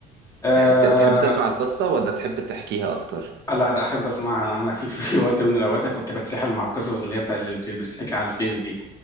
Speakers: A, on the left; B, on the right.
A: آه
B: يعني ت- تحب تسمع القصة ولا تحب تحكيها اكتر
A: لا ده احب اسمعها انا انا في في في وقت من الاوقات كنت بتسحل مع القصص اللي هي بتاع اللي بت- بتتحكي على الفيس دي